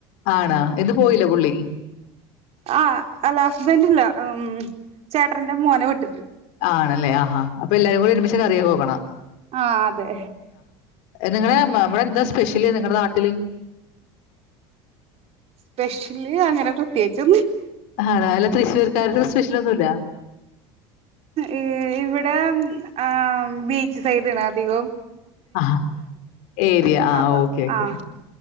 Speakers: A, on the left; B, on the right.
A: ആണ എന്ന് പോയില്ലേ പുള്ളി
B: ആ അല്ല ഹസ്ബൻഡല്ല ഉം ചേട്ടന്റെ മോനെ വിട്ടി
A: ആണല്ലേ ആ ആ അപ്പൊ എല്ലാരും കൂടി ഒരുമിച്ച് കറിയൊക്കെ നോക്കണ
B: ആ അതെ
A: നിങ്ങളടെ അവിടെ എന്താ സ്പെഷ്യല് നിങ്ങളടെ നാട്ടില്
B: സ്പെഷ്യലി അങ്ങനെ പ്രത്യേകിച്ച്
A: ആണാ അല്ലാ തൃശൂർക്കാരുടെ സ്പെഷ്യലൊന്നും ഇല്ല
B: ഏ ഇവിടെ ആ ബീച്ച് സൈഡണ് അധികം
A: ആ ഏരിയ ആ
B: അപ്പൊ
A: ഓക്കെ ഓക്കെ
B: ആഹ്